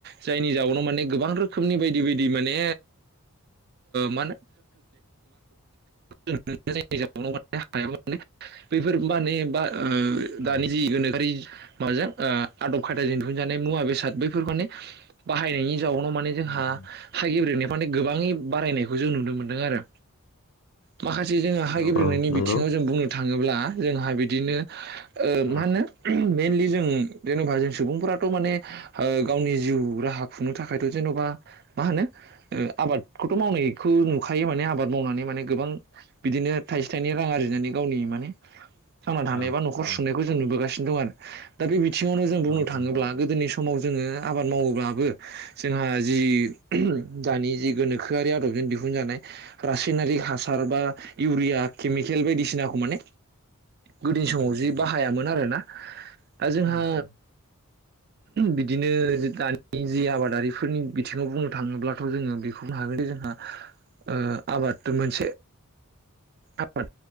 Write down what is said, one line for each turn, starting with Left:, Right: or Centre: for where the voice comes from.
Right: जायनि जाउनाव माने गोबां रोखोमनि बायदि बायदि माने मा होनो <unintelligible> <inaudible> हायामाने बैफोर माने बा ओ
Left: औ
Right: दानि जि गोनोखोआरि माबाजों आदब खायदाजों दिहुनजानाय मुवा बेसाद बैफोरखौ माने बाहायनायनि जाउनाव माने जोंहा
Left: उम उम
Right: हागेब्रेंनायफ्रा माने गोबाङै बारायनायखौ जों नुनो मोनदों आरो। माखासे जोङो हा
Left: औ
Right: गेब्रेंनायनि
Left: औ नंगौ
Right: बिथिङाव जों बुंनो थाङोब्ला जोंहा बिदिनो ओ
Left: औ
Right: मा होनो मेनलि जों जेनेबा जों सुबुंफोराथ' माने ओ गावनि जिउ राहा खुंनो थाखायथ' जेन'बा मा होनो ओ आबाद खौथ' मावनायखौ नुखायो माने आबाद मावनानै माने गोबां बिदिनो थाइसे थाइनै रां आरजिनानै गावनि माने थांना थानाय
Left: औ
Right: एबा न'खर
Left: औ
Right: सुंनायखौ जों नुबोगासिनो दं आरो। दा बे बिथिङावनो जों बुंनो
Left: औ
Right: थाङोब्ला
Left: औ
Right: गोदोनि स समाव जोङो आबाद मावोब्लाबो जोंहा जि दानि जि गोनोखो खोआरि आदबजों दिहुनजानाय रासायनारिक हासार बा इउरिया केमिकेल बायदिसिनाखौ माने गोदोनि समाव
Left: उम
Right: जि
Left: उम
Right: बाहायामोन आरो ना। ओ जोंहा
Left: उम उम <unintelligible>
Right: बिदिनो जि दानि जे आबादारिफोरनि बिथिङाव बुंनो थाङोब्लाथ' जोङो बेखौ मावनो हागोनदि जोंहा ओ आबाद मोनसे आबाद